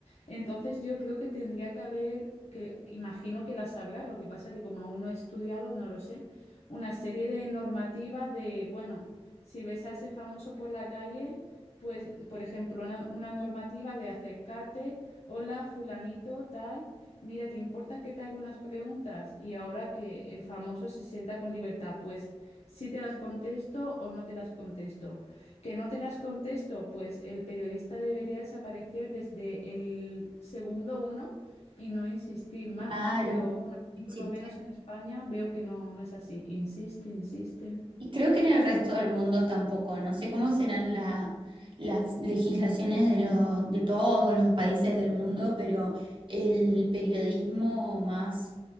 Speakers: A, on the left; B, on the right.
A: Entonces yo creo que tendría que haber, que imagino que la sabrá, lo que pasa que como aún no he estudiado, no lo sé una serie de normativas de, bueno, si ves a ese famoso por la calle, pues, por ejemplo, una, una normativa de acercarte, hola, fulanito, tal, mira, ¿te importa que te haga unas preguntas? Y ahora que el famoso se sienta con libertad, pues si te las contesto o no te las contesto. Que no te las contesto, pues el periodista debería desaparecer desde el segundo uno y no insistir más,
B: Claro,
A: ¿no? Pero bueno.
B: insiste
A: Por lo menos en España veo que no, no es así. Insiste, insiste.
B: Y creo que en el resto del mundo tampoco. No sé cómo serán la- las legislaciones de, lo- de todos los países del mundo, pero el periodismo más